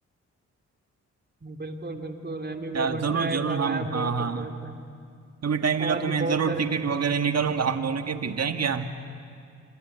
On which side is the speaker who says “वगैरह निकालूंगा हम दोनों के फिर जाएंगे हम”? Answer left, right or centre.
Right